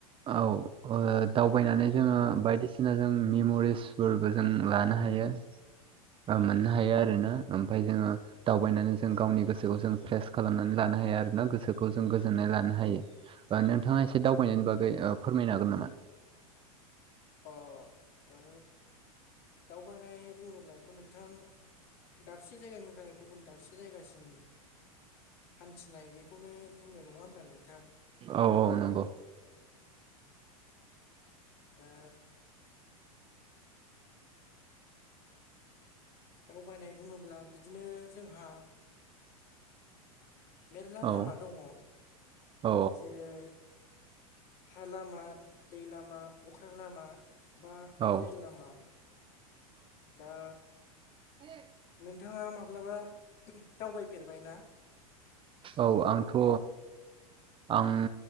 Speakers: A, on the right (about 30°); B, on the left (about 50°).
A: औ ओ दावबायनानै जोङो बायदिसिना जों मेम'रिस फोरबो जों लानो हायो ओ मोननो हायो आरोना ओमफाय जोङो दावबायनानै जों गावनि गोसोखौ जों फ्रेस खालामनानै लानो हायो आरोना गोसोखौ जों गोजोननाय लानो हायो ओ नोंथाङा एसे दावबायनायनि बागै ओ फोरमायनो हागोन नामा?
B: अ ओ दावबायनाय बुङोब्लाथ' नोंथां दाबसे जायगानिफ्राय गुबुन दाबसे जायगासिम हान्थिनाय बेखौनो बुंङो नङा होमब्ला नों
A: औ औ नंगौ
B: दा दावबायनाय बुङोब्ला बिदिनो जोंहा मेरला
A: औ
B: लामा दङ
A: औ
B: जेरै हा लामा दै लामा अख्रां लामा बा
A: औ
B: रेल लामा दा
A: आयै
B: नोंथाङा माब्लाबा दावबायफेरबाय ना?
A: औ आंथ' आं